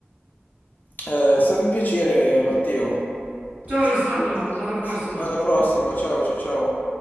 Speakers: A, on the left; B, on the right.
A: Eh, è stato un piacere, Matteo.
B: Ciao
A: È stato-
B: Alessandro, alla prossima!
A: Alla prossima, ciao ciao ciao.